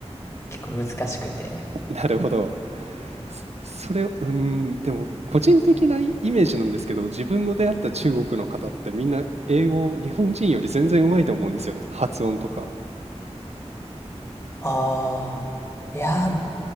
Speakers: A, on the left (about 25°); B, on the right (about 70°).
A: 結構難しくて。
B: <laughs> なるほど。そ、それを、うーん、でも、個人的なイイメージなんですけど、自分の出会った中国の方ってみんな英語、日本人より全然うまいと思うんですよね。発音とか。
A: ああ、いや